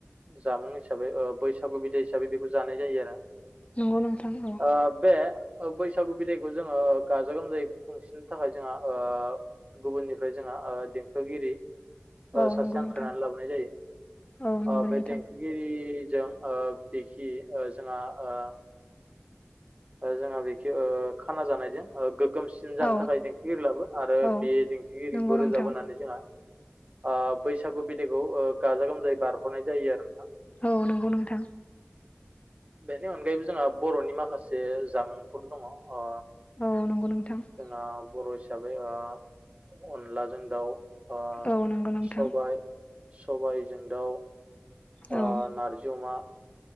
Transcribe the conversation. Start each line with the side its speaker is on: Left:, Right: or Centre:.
Right: जामुं हिसाबै ओ बैसागु बिदाय हिसाबै बेखौ जानाय जायो आरो।
Left: नंगौ नोंथां औ
Right: ओ बे ओ बै सागु बिदायखौ जोङो गाजा गोमजायै खुंसिननो थाखाय जोंहा ओ गुबुननिफ्राय जोंहा ओ देंखोगिरि ओ
Left: औ
Right: सासे
Left: नंगौ
Right: हांख्रायनानै
Left: नोंथां
Right: लाबोनाय जायो
Left: औ नंगौ
Right: ओ बे
Left: नोंथां
Right: देंखोगिरि जों ओ बेखि ओ जोंहा ओ ओ जोंहा बेखि ओ खाना जानायजों ओ गो गोमसिन जानो
Left: औ
Right: थाखाय देंखोगिरि लाबो आरो
Left: औ
Right: बे देंखोगिरिखौ
Left: नंगौ नोंथां
Right: रोजाब होनानै जोंहा ओ बैसागु बिदायखौ ओ गाजा गोमजायै बारहरनाय जायो आरो नोंथां।
Left: औ नंगौ नोंथां।
Right: बेनि अनगायैबो जोंहा बर'नि माखासे जामुंफोर दङ अ
Left: औ नंगौ
Right: जोंना बर' हिसाबै ओ अनलाजों दाउ ओ
Left: औ नंगौ नोंथां।
Right: सबाय सबायजों दाउ
Left: औ
Right: ओ नारजि अमा